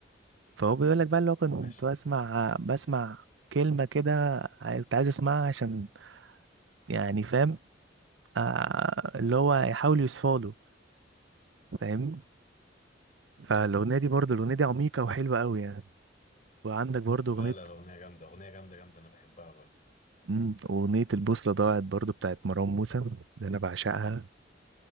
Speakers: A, on the right; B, on the left.
A: فهو بيقول لك بقى اللي هو كنت
B: عشان
A: بسمع بسمع كلمة كده كنت عايز اسمعها عشان يعني فاهم آه اللي هو يحاول يصفاله فاهم فالأغنية دي برضه الأغنية دي عميقة وحلوة قوي يعني وعندك برضه
B: لا
A: أغنية
B: لا الاغنيه جامده اغنيه جامده جامده انا بحبها برضو
A: مم. أغنية البوصلة ضاعت برضو بتاعت مروان موسى ده أنا بعشقها